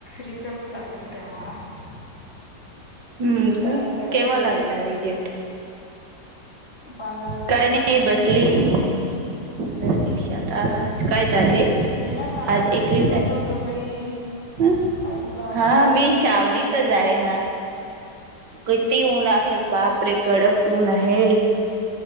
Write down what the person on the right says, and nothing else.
हं
का
केव्हा लागणार रिजल्ट.
काय नाही बसलीये. त्या दिवशी आता आज काय तारीख आहे,
आज एकवीस
आहे.
हं?
हा
मी
सावलीतच
आहे ना किती ऊन आहे, बाप रे कडक ऊन आहे.